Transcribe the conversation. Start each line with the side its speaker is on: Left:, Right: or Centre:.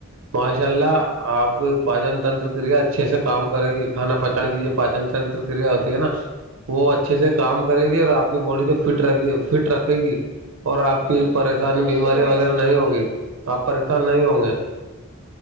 Right: ماشاء
Left: جی
Right: اللہ آپ کوپجن تنتر کریا اچھے سے کام کرے گی کھانا پہچان کی
Left: جی
Right: جو پاچننتر کریا ہوتی ہے
Left: بے
Right: نا
Left: شک
Right: وہ اچھے سے
Left: جی
Right: کام کرے گی اور آپ کی باڈی کو فٹ فٹ رکھ رکھے گی اور آپ
Left: مجھے
Right: کی
Left: پاچن
Right: پریشانی
Left: ہے وہ
Right: بیماریاں
Left: صحیح ہونا
Right: وغیرہ
Left: چاہیے
Right: نہیں ہوگی آپ پریشان نہیں ہوں گے